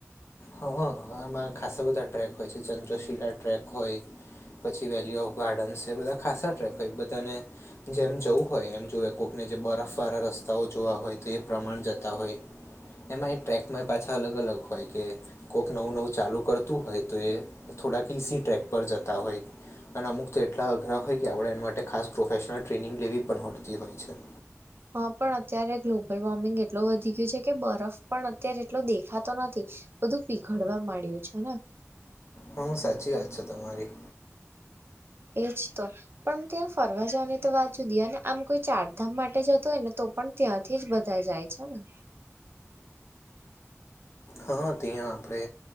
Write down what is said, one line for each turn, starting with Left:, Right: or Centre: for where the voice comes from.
Left: હ હ અમાર ખાસા બધા ટ્રેક હોય છે ચંત્રશિલા ટ્રેક હોય પછી વેલીયુ ઓફ ગાર્ડન્સ છે બધા ખાસા ટ્રેક હોય બધાને જેમ જવું હોય એમ જોવે કોઈકને જે બરફવાળા રસ્તાઓ જોવા હોય તો એ પ્રમાણ જતા હોય એમાં એ ટ્રેકમાં પાછા અલગ અલગ હોય કે કોઈક નવું નવું ચાલુ કરતું હોય તો એ થોડાક ઈસી ટ્રેક પર જતા હોય અને અમુક તો એટલા અઘરા હોય કે આપણે એના માટે ખાસ પ્રોફેશનલ ટ્રેનિંગ લેવી પણ હોડતી હોય છે.
Right: હા પણ અત્યારે ગ્લોબલ વોર્મિંગ એટલું વધી ગયું છે કે બરફ પણ અત્યારે એટલો દેખાતો નથી. બધું પીઘડવા માંડ્યું છે ને
Left: હમ્મ સાચી વાત છે તમારી
Right: એજ તો પણ ત્યાં ફરવા જવાની તો વાત જુદી અને આમ કોઈ ચારધામ માટે જતો હોય ને તો પણ ત્યાંથી જ બધા જાય છે ને
Left: હા ત્યાં આપણે